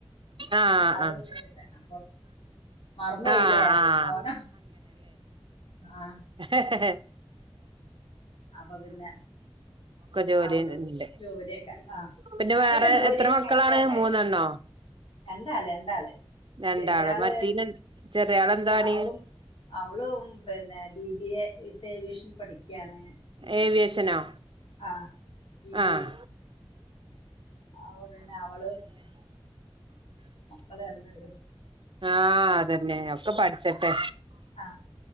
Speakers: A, on the right; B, on the left.
A: ആഹ്
B: അവള്
A: ആഹ്
B: നേഴ്സാണ് മറന്ന് പോയില്ലേ
A: ആഹ് ആഹ്
B: മോനോ ആഹ
A: ഹ് ഹ്
B: അപ്പൊ പിന്നെ
A: ജോലി
B: അവള്
A: ഉണ്ട്
B: ജോലിയൊക്കെ ആഹ
A: പിന്നെ
B: അതൊക്കെ
A: വേറെ
B: ജോലിയൊക്കെ
A: എത്ര മക്കളാണ്
B: കഴിഞ്ഞിട്ട് ആക്കരുന്നു
A: മൂന്നെണ്ണോ
B: രണ്ടാള് രണ്ടാള്
A: രണ്ടാള്
B: ചെറിയാള്
A: മറ്റീന് ചെറിയാളെന്താണ്
B: അവളും അവളും പിന്നെ B B A with aviation പഠിക്കയാണ്.
A: ഏവിയേഷനോ?
B: ആഹ് ബി ബിഎ
A: ആഹ്
B: അപ്പൊ പിന്നെ അവള് മക്കള് രണ്ട് പേരും
A: ആഹ അതെന്നെ ഒക്കെ പഠിച്ചട്ടെ
B: ആ